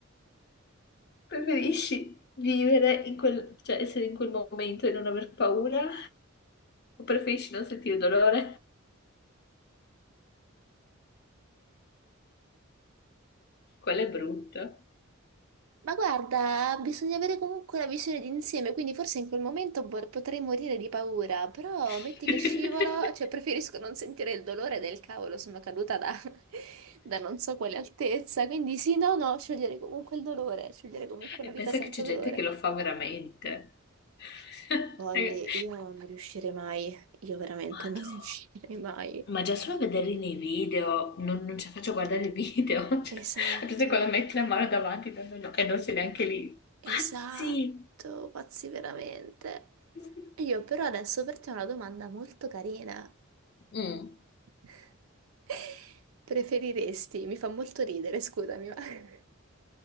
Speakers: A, on the left; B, on the right.
A: Preferisci vivere in quel, cioè essere in quel momento e non aver paura? O preferisci non sentire dolore? Quella è brutta.
B: Ma guarda, bisogna avere comunque la visione d'insieme, quindi forse in quel momento vor- potrei morire di paura, però
A: <laughs>
B: metti che scivolo, cioè preferisco non sentire il dolore del cavolo, sono caduta da, <laughs> da non so quale altezza, quindi sì, no, no, scegliere comunque il dolore, scegliere comunque
A: E
B: una vita
A: pensa
B: senza
A: che c'è gente
B: dolore.
A: che lo fa veramente. <laughs>
B: Olli,
A: Raga,
B: io non riuscirei mai, io veramente
A: Madò.
B: non <laughs> riuscirei mai.
A: Ma già solo vederli nei video, non, non ci faccio guardare i video. <laughs> Cioè,
B: Esatto,
A: a parte quando metti la mano davanti, no, no, no, e non sei neanche lì.
B: esatto,
A: Pazzi!
B: pazzi veramente.
A: <laughs>
B: Io però adesso per te ho una domanda molto carina.
A: Mm,
B: <laughs> Preferiresti, mi fa molto ridere, scusami, ma <laughs>